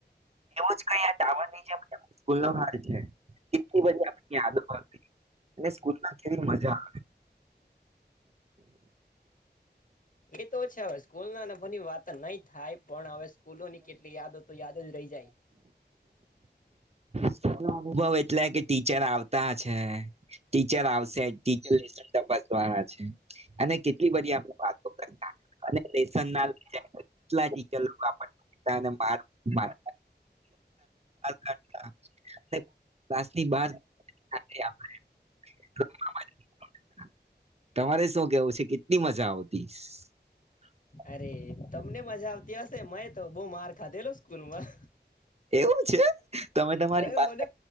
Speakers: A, on the right; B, on the left.
A: જ કઈ આ ટાવરની જેમ ખુલ્લો આન છે. કેટલી બધી આપણી આદત <unintelligible> ને સ્કૂલમાં કેવી મા આવે.
B: એ તો છે હવે સ્કૂલ ના ભની વાત નહી થાય પણ હવે ફૂલો ની કેટલી યાદો તો યાદ જ રહી જાય. <inaudible>
A: સ્કૂલના અનુભવ એટલે કે ટીચર આવતા છે. ટીચર આવશે ટીચર લેસન તપાસવાના છે, અને કેટલી બધી આપણે વાતો કરતા અને લેસના ચેપ્ કેટલા ટીચર આપણને પ <unintelligible> <unintelligible> બાર કાઢ્તા. ને ક્લાસની બાર ક <unintelligible> તમારે શું કેવું છે કેટલી મજા આવતી. <unintelligible>
B: અરે તમને મજા આવતી હશે મેં તો બહ માર ખાધેલો સ્કૂલમાં.
A: એવું છે, તમે તમારી
B: એ
A: પાસે
B: મને